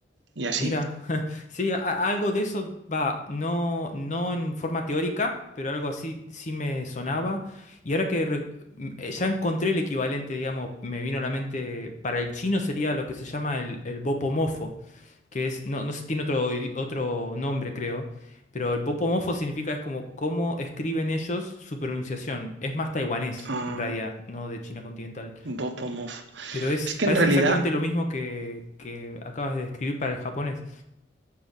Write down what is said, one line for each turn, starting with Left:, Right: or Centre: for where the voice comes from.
Right: y así.
Left: Mira. Sí, a- algo de eso va, no, no en forma teórica, pero algo así sí me sonaba. Y ahora que re- m- eh, ya encontré el equivalente, digamos, me vino a la mente, para el chino sería lo que se llama el, el bopomofo, que es, no, no sé, tiene otro, idi- otro nombre, creo, pero el bopomofo significa es como cómo escriben ellos su pronunciación. Es más taiwanés,
Right: Ah,
Left: en realidad, no de China continental.
Right: Bopomov.
Left: Pero es,
Right: Es que
Left: parece
Right: en realidad
Left: exactamente lo mismo que, que acabas de describir para el japonés.